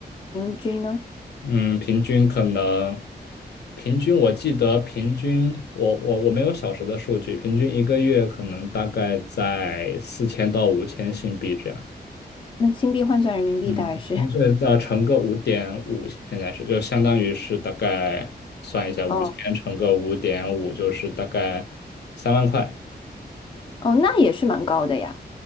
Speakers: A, on the left; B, on the left.
A: 平均呢？
B: 嗯，平均可能平均我记得平均我我我没有小时的数据，平均一个月可能大概在四千到五千新币这样，
A: 那新币换算人民币大概是
B: 嗯，薪水要乘个五点五，现在是就相当于是大概算一下，
A: 哦
B: 五千乘个五点五就是大概三万块。
A: 哦，那也是蛮高的呀。